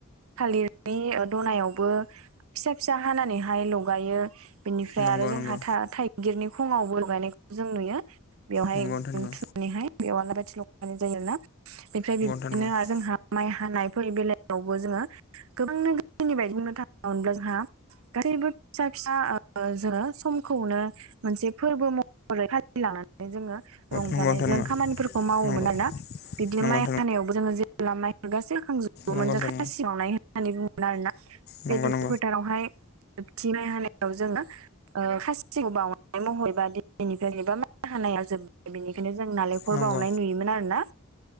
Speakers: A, on the right; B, on the left.
A: थालिरनि दनायावबो फिसा फिसा हानानैहाय लगायो। बिनिफ्राय
B: नंगौ
A: आरो जोंहा
B: नंगौ
A: था थाइगिरनि खङावबो गायनायखौ जों नुयो बेवहाय
B: नंगौ नोंथां नंगौ
A: थु नानैहाय बेयाव आलारि बाथि लगायनाय जायो आरोना बेनिफ्राय बिब्दिनो
B: नंगौ
A: जोंहा माइ हानायफोरनि बेलायावबो जोङो गोबां रोखोमनि बायदि बुंनो थाङोमोनब्ला जोंहा <unintelligible> गासैबो फिसा फिसा जोङो ओ समखौनो <unintelligible> मोनसे फोरबो महरै फालि लांनागोन जोङो <unintelligible> रंजानायजों
B: नोंथां
A: खामानिफोरखौ मावोमोन
B: नंगौ
A: आरोना बिदिनो
B: नंगौ
A: माइ हानायावबो जोङो जे खामनायफोर गासैखांजोबोमोन
B: नंगौ
A: जों
B: नोंथां
A: खासि बावनाय होननानै बुंङोमोन आरोना।
B: नंगौ
A: बे दुब्लि
B: नंगौ
A: फोथारावहाय जोबथि माइ हानायाव जोङो ओ खासिखौ बावनानै महरैबा दिनिफ्राय बा माइ हानायाव जोब्बाय बेनि <unintelligible> बेनिखायनो जों नालेंखर
B: नंगौ नोंथां नंगौ
A: बावनाय नुयोमोन आरोना।